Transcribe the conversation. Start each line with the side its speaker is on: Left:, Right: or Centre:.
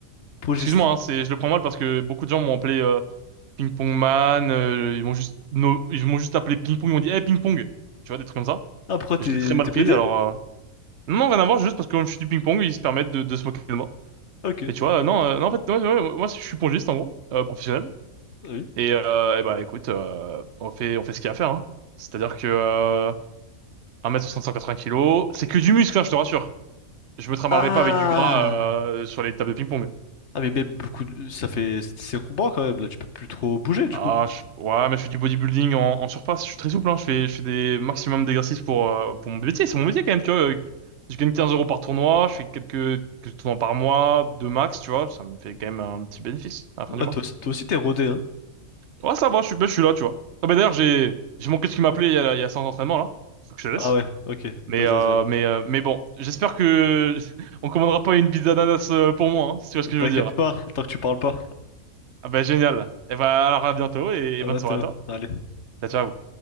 Left: Progiste.
Right: Excuse-moi, hein, c'est, je le prends mal parce que beaucoup de gens m'ont appelé euh, Ping Pong Man. euh, ils m'ont juste, no- ils m'ont juste appelé Ping Pong. Ils m'ont dit, hey, Ping Pong. Tu vois, des trucs comme ça.
Left: Ah, pourquoi t'es
Right: je l'ai très mal
Left: t'es
Right: pris.
Left: prêté?
Right: Alors, euh, non, non, rien à voir. Juste parce que comme je suis du ping pong, ils se permettent de, de se moquer de moi.
Left: Ok.
Right: Et tu vois, euh, non, euh, non, en fait, ouais, ouais, moi, je suis pongiste en gros, euh, professionnel.
Left: Ah Oui.
Right: Et, euh, eh ben, écoute, euh, on fait, on fait ce qu'il y a à faire, hein. C'est-à-dire que euh, 1m60, 180 kilos, c'est que du muscle, hein, je te rassure. Je me trimballerai
Left: Ah!
Right: pas avec du gras euh, sur les tables de ping-pong.
Left: Ah, mais même beaucoup. de- Ça fait. C'est combat quand même, là. Tu peux plus trop bouger, du
Right: Ah,
Left: coup.
Right: je- ouais, mais je fais du bodybuilding en, en surface, je suis très souple, hein. Je fais, je fais des maximum d'exercices pour, euh, pour mon métier, c'est mon métier quand même, tu vois. euh, Je gagne 15 euros par tournoi, je fais quelques, quelques tournois par mois, deux max, tu vois. Ça me fait quand même un petit bénéfice à la fin
Left: Ah,
Right: du mois.
Left: toi, aussi- toi aussi, t'es rodé, hein?
Right: Ouais, ça va, je suis, ben, je suis là, tu vois. Ah, ben, d'ailleurs, j'ai, j'ai mon coach qui m'appelait il y a, il y a 100 entraînements, là. Faut que je te
Left: Ah
Right: laisse.
Left: ouais, ok.
Right: Mais,
Left: Vas-y,
Right: euh,
Left: vas-y.
Right: mais, euh, mais bon, j'espère que <laughs> on commandera pas une pizza d'ananas euh, pour moi, hein, si tu vois ce que je
Left: T'inquiète
Right: veux dire.
Left: pas, tant que tu parles pas.
Right: Ah bah génial. Et bah alors à bientôt
Left: <laughs>
Right: et,
Left: À
Right: et bonne
Left: bientôt.
Right: soirée à toi.
Left: Allez.
Right: Ciao, ciao.